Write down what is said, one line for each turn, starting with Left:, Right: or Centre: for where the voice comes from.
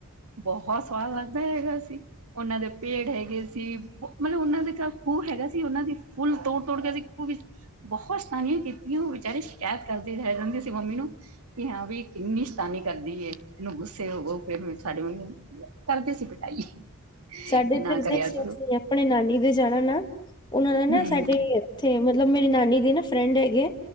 Right: ਬਹੋਤ ਸਵਾਦ ਲੱਗਦਾ ਹੈਗਾ ਸੀ ਉਹਨਾਂ ਦੇ ਪੇੜ ਹੈਗੇ ਸੀ ਮਤਲਬ ਉਹਨਾਂ ਦੇ ਘਰ ਖੂਹ ਹੈਗਾ ਸੀ ਉਹਨਾਂ ਦੀ ਫੁੱਲ ਤੋੜ- ਤੋੜ ਕੇ ਅ ਸੀਂ ਖੂਹ ਵਿੱਚ ਬਹੋਤ ਸ਼ਤਾਨੀਆਂ ਕੀਤ। ਨੂ ਵਿਚਾਰੀ ਸ਼ਿਕਾਇਤ ਕਰਦੀ ਰਹਿ ਜਾਂਦੀ ਸੀ ਮੰਮੀ ਨੂੰ ਕਿ ਹਾਂ ਵੀ ਕਿੰਨੀ ਸ਼ਤਾਨੀ ਕਰਦੀ ਏ ਇਹਨੂੰ ਗੁੱਸੇ ਹੋਵੋ ਫੇਰ ਸਾਡੇ ਮੰਮੀ ਕਰਦੇ ਸੀ ਪਿਟਾਈ।
Left: ਸਾਡੇ
Right: ਕਿ
Left: ਦੇ
Right: ਨਾ ਕਰਿਆ
Left: ਦੇਸ਼
Right: ਕਰੋ
Left: ਅਸੀਂ <unintelligible> ਆਪਣੇ ਨਾਨੀ ਦੇ ਜਾਣਾ ਨਾ ਉਹਨਾਂ ਨਾ
Right: ਹੂੰ
Left: ਸਾਡੇ ਇੱਥੇ ਮਤਲਬ ਮੇਰੀ ਨਾਨੀ ਦੇ ਨਾ ਫਰੈਂਡ ਹੈਗੇ।